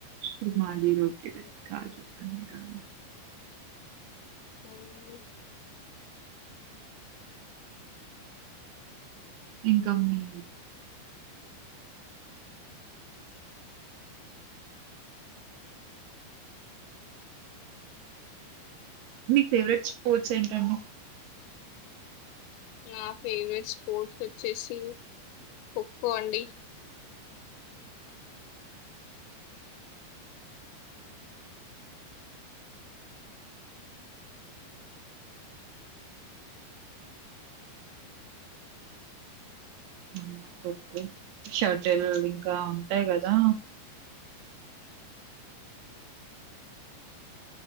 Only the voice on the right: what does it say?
శమాలి రోటిది కాజు పన్నీరా
ఇంకా మీ మీ ఫేవరెట్ స్పోర్ట్స్ ఏంటండి
అవునా ఖో ఖో షటిల్ ఇంకా ఉంటాయి కదా